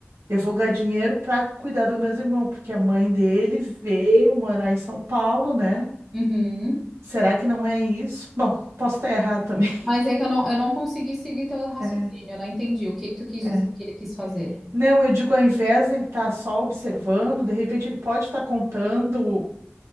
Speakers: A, on the right; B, in the centre.
A: Eu vou ganhar dinheiro para cuidar dos meus irmãos, porque a mãe dele veio morar em São Paulo, né?
B: Uhum.
A: Será que não é isso? Bom, posso estar errado também. <laughs>
B: Mas é que eu não, eu não consegui seguir teu raciocínio,
A: É,
B: eu não entendi o que que tu quis
A: é.
B: dizer que ele quis fazer.
A: Não, eu digo, ao invés dele estar só observando, de repente ele pode estar contando,